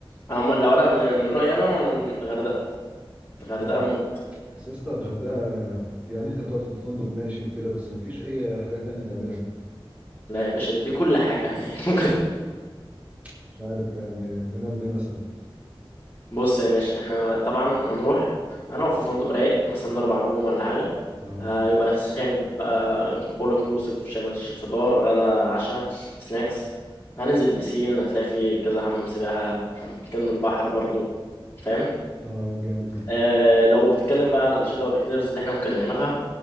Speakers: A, on the left (about 25°); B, on the right (about 15°).
A: أنا م- لو أنا من من رأيي أنا غردقة غردقة
B: يعني
A: موت
B: سياسة الغردقة يعني انت هتقعد في الفندق ماشي وكده بس مفيش اي حاجة تانية تعملها
A: لا يا باشا ده في كل حاجة هناك <laughs> ممكن
B: مش عارف يعني هنعمل ايه مثلا
A: بص يا باشا احنا طبعا هنروح هنقف في فندق رايق مثلا اربع نجوم ولا حاجه
B: اه
A: آه يبقى شامل بقى اول انكلوسيف شامل ش- فطار غدا عشاء سناكس هننزل بسين هتلاقي فيه كذا حمام سباحه كان البحر برضو فاهم
B: اه جامد ده
A: آه لو بتتكلم بقى على الانشطه والاكتيفيتيز اللي احنا ممكن نعملها